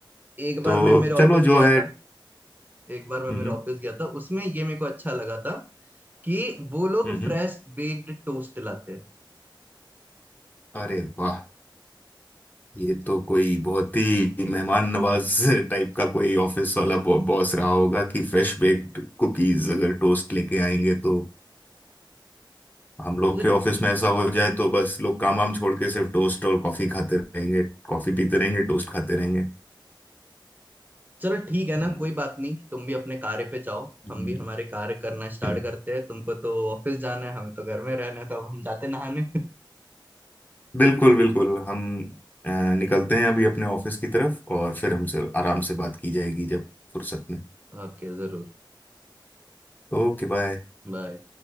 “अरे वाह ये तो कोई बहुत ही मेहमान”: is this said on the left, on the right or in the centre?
Left